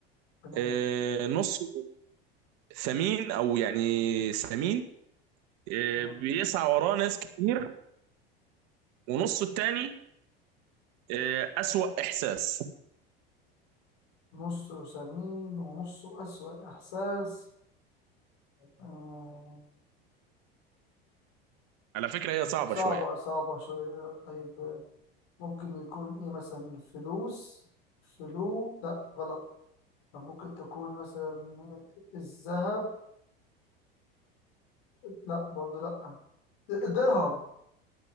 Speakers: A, on the left (about 60°); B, on the right (about 55°).
A: تمام
B: آه، نص ثمين او يعني ثمين آه،
A: تمام
B: بيسعى وراه ناس كتير ونصه التاني آه، اسوأ احساس
A: نصه سمين ونصه أسوأ إحساس آه
B: على فكرة هي صعبة
A: صعبة
B: شوية
A: صعبة شوية طيب ممكن يكون إيه مثلا الفلوس فلو لا غلط طب ممكن تكون مثلا الذهب لا برضه لا الدرهم